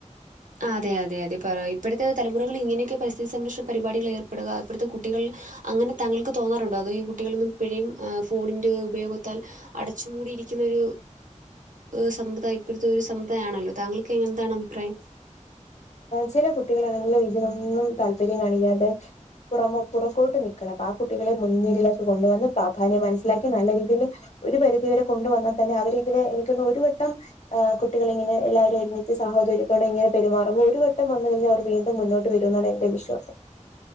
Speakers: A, on the right; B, on the left.
A: അതെ അതെ അതെ പറ ഇപ്പഴത്തെ തലമുറകൾ ഇങ്ങനെയൊക്കെ പരിസ്ഥി സംരക്ഷണ പരിപാടികൾ ഏർപ്പെടുക ഇപ്പഴത്തെ കുട്ടികൾ അങ്ങനെ താങ്കൾക്ക് തോന്നാറുണ്ടോ അതോ ഈ കുട്ടികളൊന്നും ഇപ്പഴും ഈ ഫോണിൻ്റെ ഉപയോഗത്താൽ അടച്ച് മൂടിയിരിക്കുന്നൊരു ഒരു സമുദായം ഇപ്പഴത്തെ ഒരു സമുദയാണല്ലോ താങ്കൾക്ക് എങ്ങനെത്താണ് അഭിപ്രായം
B: ചില കുട്ടികളാണെങ്കിലും- ഇതിതിനൊന്നും താല്പര്യം- കാണിക്കാതെ- പുറമെ പുറക്കോട്ട് നിക്കണം- അപ്പം ആ കുട്ടികളെ- മുൻനിരയിലേക്ക് കൊണ്ടുവന്ന്- പ്രാധാന്യം മനസ്സിലാക്കി നല്ല- രീതിയില്- ഒരു പരിധിവരെ കൊണ്ടുവന്ന- തന്നെ അവര് ഇതില്- എനിക്കോന്ന്ണ് ഒരു വട്ടം- ഏ കുട്ടികൾ ഇങ്ങനെ എല്ലാരും- ഒരുമിച്ച് സഹോദര്യത്തോടെ- ഇങ്ങനെ- പെരുമാറുമ്പം ഒരു വട്ടം വന്നു- കഴിഞ്ഞ അവർ വീണ്ടും- മുന്നോട്ട് വരും എന്നാണ് എന്റെ- വിശ്വാസം.